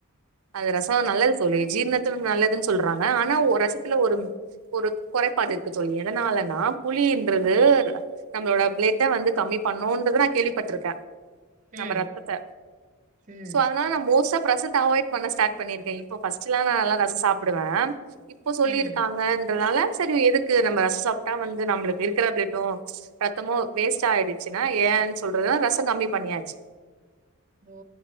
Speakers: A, on the right; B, on the right.
A: அது ரசோ நல்லது தோழி ஜீர்ணத்த நல்லதுன்னு சொல்றாங்க ஆனா ஒரு ரசத்துல ஒரு ஒரு குறைபாடு இருக்கு தோழி எதனாலன்னா புளின்றது நம்மளோட பிளட்ட வந்து கம்மி பண்ணுன்றத நா கேள்விப்பட்ருக்க நம்ம
B: ம்
A: ரத்தத்த
B: ம்
A: சோ அதுனால நா மோஸ்ட் ஆஃப் ரசத்த அவாய்ட் பண்ண ஸ்டார்ட் பண்ணியிருக்கே இப்ப பஸ்ட்டுல்லா நா நல்லா ரசோ சாப்புடுவே இப் இப்போ சொல்லியிருக்காங்கன்றதால
B: ம்
A: சரி எதுக்கு நம்ம ரசோ சாப்ட்டா வந்து நம்பளுக்கு இருக்குற பிளட்டு ரத்தமு வேஸ்ட் ஆயிடுச்சுன்னா ஏன் சொல்றது ரச கம்மி பண்ணியாச்சு
B: ஓ